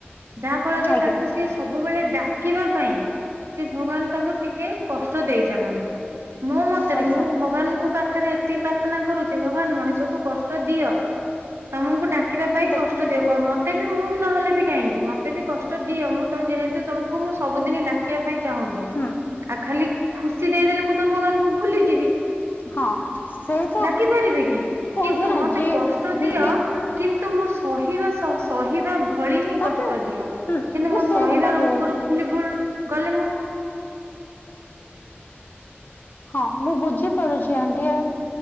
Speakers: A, on the right (about 85°); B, on the left (about 45°).
A: ଯାହା ଫଳରେ
B: ଆଜ୍ଞା
A: ତାକୁ ସିଏ ସବୁବେଳେ ଡାକିବା ପାଇଁ ସେ ଭଗବାନ ତାକୁ ଟିକେ କଷ୍ଟ ଦେଇ ଚାଲନ୍ତି। ମୋ ମତରେ
B: ଆଚ୍ଛା
A: ମୁଁ ଭଗବାନଙ୍କୁ ପାଖରେ ଏତିକି ପ୍ରାର୍ଥନା କରୁଛି ଭଗବାନ ମଣିଷକୁ କଷ୍ଟ ଦିଅ। ତମକୁ ଡାକିବା ପାଇଁ
B: ଦେଖ
A: କଷ୍ଟ ଦିଅ କଣ ମତେ ତତେ ବି ମୁଁ ବି ନହଲେ ବି କାହିଁକି ମୋତେ ବି କଷ୍ଟ ଦିଅ ମୁଁ ତ ଯେହେତୁ ତୁମକୁ ମୁଁ ସବୁଦିନ ଡାକୁ ବା ପାଇଁ ଚାହୁଁଛି
B: ହୁଁ
A: ଆଉ ଖାଲି ଖୁସି ଦେଇଦେଲେ ମୁଁ ଚା ତ ଭଗବାନଙ୍କୁ ଭୁଲିଯିବି।
B: ହଁ ସେଇ ତ
A: ଡାକି ପାରିବି କି
B: କହୁଛି
A: କିନ୍ତୁ
B: ନା
A: ମତେ
B: ଯିଏ
A: କଷ୍ଟ
B: ହୁଁ
A: ଦିଅ କିନ୍ତୁ ତୁ ମୁଁ ସହିବା ସହିବା ଭଳି ହିଁ
B: ତାପରେ
A: କଷ୍ଟ ଦିଅ
B: ହୁଁ
A: କିନ୍ତୁ
B: ମୁଁ
A: ମୋ
B: ସେଇ
A: ସହିବାର
B: କଥା କହୁଛି
A: ଉପର ବୋଲି କଣ? ନହେଲେ ମୁଁ <inaudible>
B: ହଁ ମୁଁ ବୁଝିପାରୁଛି ଆଣ୍ଟି